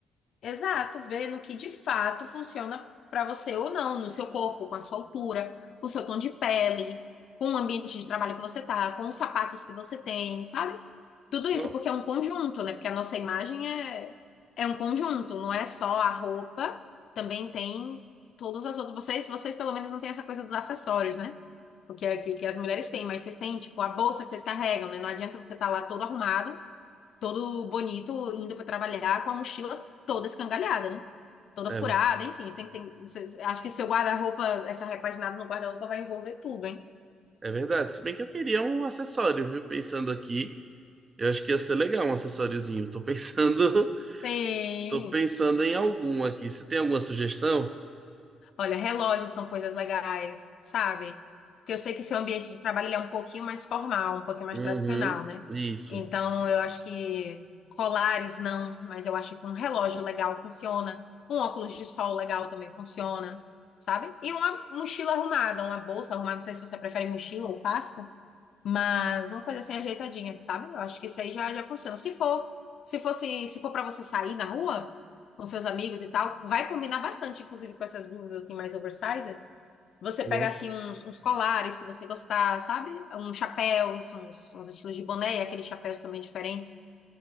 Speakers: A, on the left; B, on the right.
A: Exato, ver no que de fato funciona para você ou não, no seu corpo, com a sua altura, com o seu tom de pele, com o ambiente de trabalho que você tá, com os sapatos que você tem, sabe? Tudo isso
B: Não,
A: porque é um conjunto, né? Porque a nossa imagem é é um conjunto, não é só a roupa, também tem todas as outras. Vocês, vocês pelo menos não têm essa coisa dos acessórios, né? o que, é- que, que as mulheres têm, mas vocês têm, tipo, a bolsa que vocês carregam, né? Não adianta você estar lá todo arrumado, todo bonito, indo para trabalhar com a mochila toda escangalhada, né? Toda
B: é,
A: furada, enfim. Tem, que tem, vocês- acho que seu guarda-roupa, essa repaginada no guarda-roupa vai envolver tudo, hein?
B: é verdade. Se bem que eu queria um acessório, viu? Pensando aqui, eu acho que ia ser legal um acessóriozinho. Tô pensando,
A: Sim.
B: <laughs> tô pensando em algum aqui. Você tem alguma sugestão?
A: Olha, relógios são coisas legais, sabe? Porque eu sei que seu ambiente de trabalho ele é um pouquinho mais formal, um pouquinho mais
B: Uhum,
A: tradicional, né?
B: isso.
A: Então, eu acho que colares não, mas eu acho que um relógio legal funciona, um óculos de sol legal também funciona, sabe? E uma mochila arrumada, uma bolsa arrumada, não sei se você prefere mochila ou pasta. Mas uma coisa assim ajeitadinha, sabe? Eu acho que isso aí já, já funciona. Se for, se fosse, se for para você sair na rua com seus amigos e tal, vai combinar bastante, inclusive com essas blusas assim mais oversized. Você
B: Nossa.
A: pega assim uns, uns colares, se você gostar, sabe? Uns chapéus, uns, uns estilos de boné, e aqueles chapéus também diferentes.